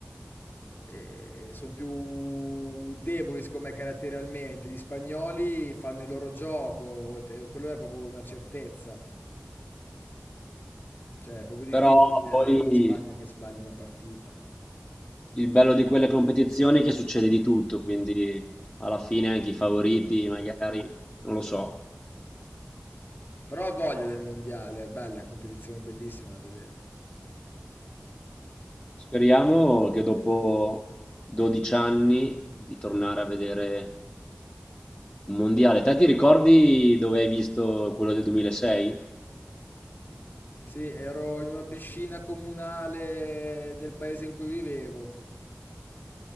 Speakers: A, on the left; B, on the left.
A: eh, sono più deboli, secondo me, caratterialmente. Gli spagnoli fanno il loro gioco, e quello è proprio una certezza. Cioè, è proprio difficile
B: Però
A: vedere
B: poi
A: la Spagna che sbagli una partita.
B: il bello di quelle competizioni è che succede di tutto, quindi alla fine anche i favoriti, magari, non lo so.
A: Però ho voglia del mondiale, è bella, è una competizione bellissima da vedere.
B: Speriamo che dopo 12 anni di tornare a vedere un mondiale. Te ti ricordi dove hai visto quello del 2006?
A: Sì, ero in una piscina comunale del paese in cui vivevo.